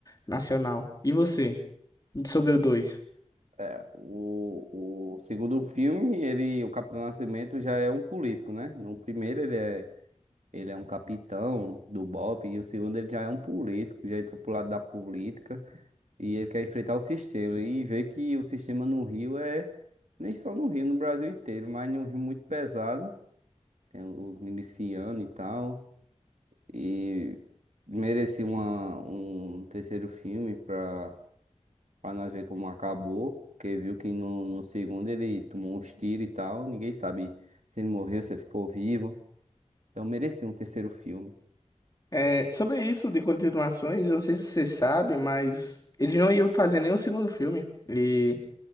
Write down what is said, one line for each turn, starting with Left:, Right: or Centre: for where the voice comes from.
Left: nacional. E você, sobre o 2?
Right: É, o, o segundo filme, ele, o Capitão Nascimento já é um político, né? No primeiro ele é Ele é um capitão do BOPE e o segundo ele já é um político, já entrou pro lado da política e ele quer enfrentar o sistema e vê que o sistema no Rio é, nem só no Rio, no Brasil inteiro, mas num Rio muito pesado, tem os milicianos e tal, e merecia uma, um terceiro filme pra, pra nós ver como acabou, porque viu que no, no segundo ele tomou uns tiros e tal, ninguém sabe se ele morreu, se ele ficou vivo, então merecia um terceiro filme.
Left: É, sobre isso de continuações, eu não sei se você sabe, mas eles não iam fazer nem o segundo filme. E